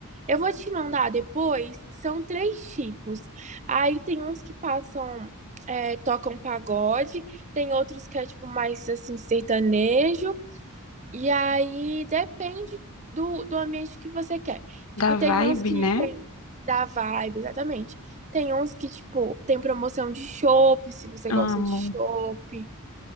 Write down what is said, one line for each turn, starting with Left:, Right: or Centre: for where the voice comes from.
Right: eu vou te mandar depois. São três tipos. Aí tem uns que passam, é, tocam pagode, tem outros que é tipo mais assim, sertanejo. E aí depende do, do ambiente que você quer.
Left: Da
Right: Tipo,
Left: Vibe,
Right: tem uns que
Left: né?
Right: tem da vibe, exatamente. Tem uns que, tipo, tem promoção de chopp, se você gosta
Left: Amo.
Right: de chopp.